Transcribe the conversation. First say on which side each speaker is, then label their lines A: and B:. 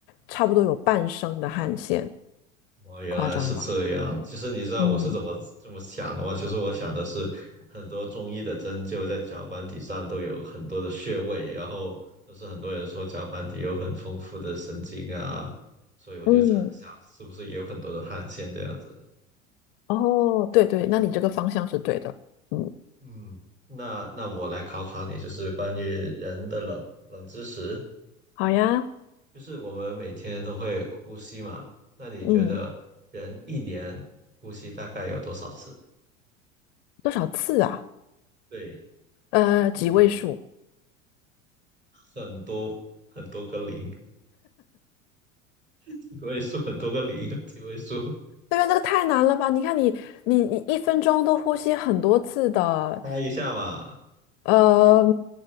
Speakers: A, on the left; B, on the right.
A: 差不多有半升的汗腺，
B: 哦，原来是这样。
A: 夸张吧？
B: 其实你知道我是怎么这么想的吗？
A: 嗯，
B: 其实我想的是，很多中医的针灸在脚板底上都有很多的穴位，然后就是很多人说脚板底有很丰富的神经啊，所以我就想想是不是也有很多的汗腺这样子。
A: 嗯，哦，对对，那你这个方向是对的。嗯，
B: 嗯，那那我来考考你，就是关于人的冷冷知识，
A: 好呀，
B: 就是我们每天都会呼吸嘛，那你觉得人一年呼吸大概有多少次？
A: 嗯，多少次啊？
B: 对，
A: 呃，
B: 一年。
A: 几位数？
B: 很多很多个零，几位数很多个零，几位数，
A: 对呀，那个太难了吧？你看你你你一分钟都呼吸很多次的，
B: 猜一下嘛，
A: 呃